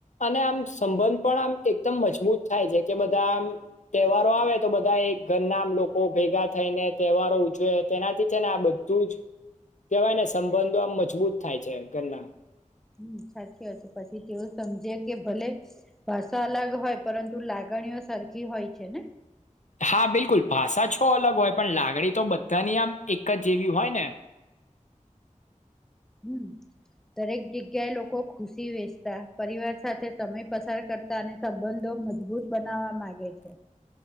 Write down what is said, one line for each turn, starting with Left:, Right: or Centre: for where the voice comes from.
Left: અને આમ સંબંધ પણ આમ એકદમ મજબૂત થાય છે. કે બધા આમ તહેવારો આવે તો બધા એ ઘરના આમ લોકો ભેગા થઈને તહેવારો ઉજવે તેનાથી છે ને આ બધું જ કેહેવાય ને સંબંધો આમ મજબૂત થાય છે ઘરના.
Centre: હમ સાચી વાત છે પછી તેઓ સમજે કે ભલે ભાષા અલગ હોય પરંતુ લાગણીઓ સરખી હોય છે ને.
Left: હા બિલકુલ ભાષા છો અલગ હોય પણ લાગણી તો બધાની આમ એક જ જેવી હોય ને.
Centre: હમ દરેક જગ્યાએ લોકો ખુશી વેચતા પરિવાર સાથે સમય પસાર કરતા અને સંબંધો મજબૂત બનાવવા માંગે છે